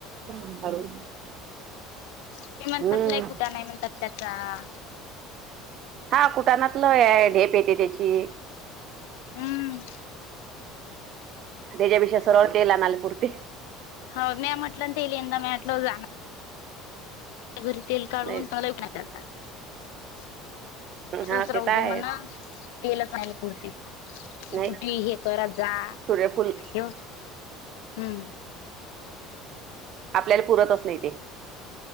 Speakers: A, on the right; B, on the left.
A: काढून <unintelligible>
B: हे म्हणतात
A: हम्म
B: लय कुठ नाही, म्हणतात त्याचा.
A: हा कुटानातलं आहे ढेप येते त्याची.
B: हम्म.
A: त्याच्यापेक्षा सरळ ते ला आण नाले पुुरती.
B: हो मॅ अटलंंत तेली यंद म अटलं जा <unintelligible> घरी तेल काढून
A: नाही
B: तला, एक ना त्याचाच
A: हा ते
B: राह
A: तर आहेच
B: दे मणा. तेलचहिला पुरती.
A: नाही
B: कुठे हे करत जा,
A: सूर्यफूल
B: हेव हम्म.
A: आपल्याला पुरतच नाही ते.